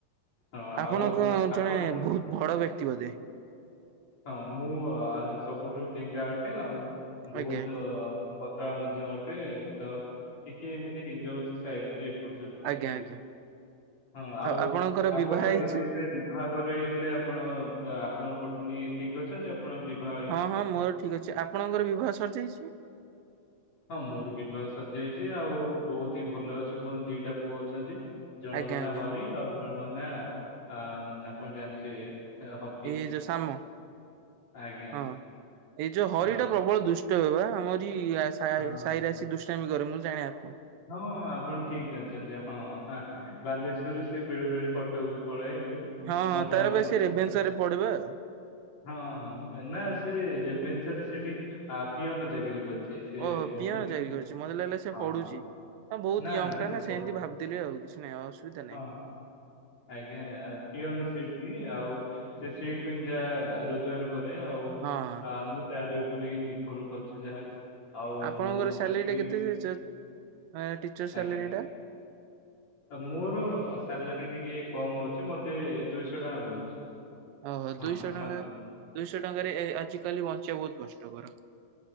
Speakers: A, on the left; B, on the right.
A: ହଁ
B: ଆପଣଙ୍କ
A: ଆଉ
B: ଅଞ୍ଚଲେ
A: ଆପଣ
B: ବହୁତ ବଡ ବ୍ୟକ୍ତି ବୋଧେ।
A: ହଁ ମୁଁ ସବୁଠୁ ଡେଙ୍ଗା ଅଟେ ଆଉ ବହୁତ
B: ଆଜ୍ଞା ଆଜ୍ଞା
A: ପତଳା ମଧ୍ୟ ଅଟେ ତ ଟିକେ ଏମିତି ହେଇଯାଉଛି ସାଇଜ। ଏପଟ ସେପଟ
B: ଆଜ୍ଞା
A: ଟିକେ
B: ଆଜ୍ଞା।
A: ଆ ହଁ ଆଉ
B: ଆପଣଙ୍କର
A: ଆପଣ
B: ବିବାହ ହେଇଛି?
A: ଏବେ ଏବେ ବାହାଘର ହେଇଥିଲେ ଆପଣ ଆପଣଙ୍କ ପତ୍ନୀ ଠିକ ଅଛନ୍ତି? ଆପଣ ବିଭାହ
B: ହଁ ହଁ ମୋର ଠିକ ଅଛି ଆପଣଙ୍କର ବିବାହ ସରିଯାଇଛି?
A: ହଁ ମୋର ବିିବାହ ସରିଜାଇଛି ଆଉ ବହୁତ ହିଁ ଭଲ ଅଛି ମୋର ଦିଟା ପୁଅ ଅଛନ୍ତି। ଜଣଙ୍କ
B: ଆଜ୍ଞା
A: ନାଁ
B: ଆଜ୍ଞା
A: ହରି ଆଉ ଜଣଙ୍କ ନା ଆ ଆପଣ ଜାଣିଥିବେ? ଏ, ହଫିଜ।
B: ଏଇ ଯୋଉ ସାମ
A: ଆଜ୍ଞା
B: ହଁ ଏଇ ଯୋଉ ହରିଟା
A: ହଁ
B: ପ୍ରବଳ ଦୁଷ ବା ଆମର ସାହିରେ
A: ହଁ ହଁ।
B: ଆସି ଦୁଷ୍ଟାମି କରେ ମୁଁ ଜାଣେ ତାକୁ
A: ହଁ ଆପଣ ଠିକ କହୁଛନ୍ତି ହଁ। ବାଲେଶ୍ଵରରୁ ସେ ବେଳେ ବେଳେ କଟକ ବି ପଳାଏ ଏମିତି
B: ହଁ ହଁ
A: ମଜା
B: ତାର
A: ମଜାରେ
B: ବ ସେ ରେଭେନସାରେ
A: ଆଉ।
B: ପଡିବା।
A: ହଁ ହଁ ନା ସେ ରେଭେନସାରେ ସେଠି ଆ ପିଅନ ଚାକିରି କରିଛି। ସେ
B: ଓହୋ
A: ପଢୁନି
B: ପିଅନେ ଚାକିରି କରିଛି ମତେ ଲାଗିଲା ସେ
A: ହଁ
B: ପଡୁଛି। ହଁ ବହୁତ
A: ନା
B: ୟଙ୍ଗଟା
A: ସେ
B: ନା
A: ପଢୁ
B: ସେମତି ଭାବଥିଲି ଆଉ କିଛି ନାହିଁ ଅସୁବିଧା ନାହିଁ।
A: ହଁ। ଆଜ୍ଞା ପିଅନ ସେ ସିଏ ଆଉ ସେ ସେଇଠୁଁ ଯା ରୋଜଗାର କରେ ଆଉ
B: ହଁ ହଁ।
A: ମୁଁ ତାର ନିର୍ଭର କରିୁଛି ଯାହା ଆଉ
B: ଆପଣଙ୍କର
A: ମୋର ତ କିଏ
B: <inaudible> ଟିଚର ସାଲେରୀ
A: ଆଜ୍ଞା।।
B: ଟା
A: ମୋର ସାଲାରୀ ଟିକେ କମ ଅଛି ମତେ ଦୁଇଶହ ଟଙ୍କା ମିଳୁଛି।
B: ଓହୋ ଦୁଇଶହ
A: ହଁ
B: ଟଙ୍କା
A: ମାସକୁ
B: ଦୁଇଶହ ଟଙ୍କାରେ ଆଜିକାଲି ବଞ୍ଚିବା ବହୁତ କଷ୍ଟକର।